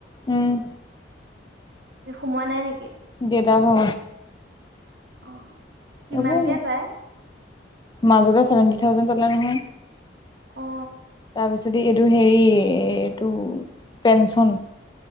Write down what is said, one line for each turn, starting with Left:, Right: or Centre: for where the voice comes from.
Left: উম
Right: সোমোৱা নাই নেকি
Left: দেউতা হত
Right: অ কিমানকে
Left: নবৌ
Right: পায়
Left: মাজতে চেভেনটি থাউজেড পালে নহয়
Right: অ
Left: তাৰপিছতে এইটো হেৰি এইটো পেঞ্চন